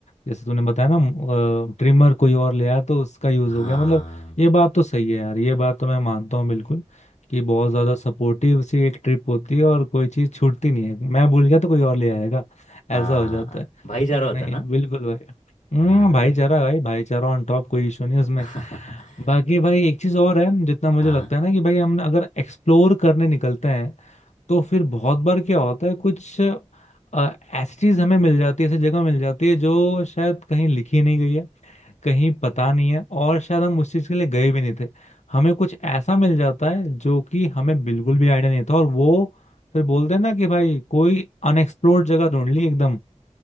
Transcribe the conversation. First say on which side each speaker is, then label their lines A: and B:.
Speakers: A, on the left; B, on the left.
A: जैसे तूने बताया ना ट्रिमर कोई और ले आया तो उसका यूज हो
B: हाँ
A: गया मतलब ये बात तो सही है यार ये बात तो मैं मानता हूँ बिल्कुल कि बहुत ज्यादा सपोर्टिव सी एक ट्रिप होती है और कोई चीज छूटती नहीं है मैं भूल गया तो कोई और ले आएगा
B: हाँ
A: ऐसा हो जाता है
B: भाई जा रहा होता
A: नहीं
B: है ना
A: बिल्कुल भाई हम्म
B: हाँ
A: भाईचारा भाई भाईचारा ऑन टॉप कोई इशू नहीं उसमें
B: <laughs>
A: बाकी भाई एक चीज और है जितना मुझे
B: हाँ
A: लगता है ना कि भाई हम अगर एक्सप्लोर करने निकलते हैं तो फिर बहुत बार क्या होता है कुछ ऐसी चीज हमें मिल जाती है ऐसी जगह मिल जाती है जो शायद कहीं लिखी नहीं गई है कहीं पता नहीं है और शायद हम उस चीज के लिए गए भी नहीं थे हमें कुछ ऐसा मिल जाता है जो कि हमें बिल्कुल भी आइडिया नहीं था और वो फिर बोलते हैं ना कि भाई कोई अनएक्सप्लोर्ड जगह ढूंढ ली एकदम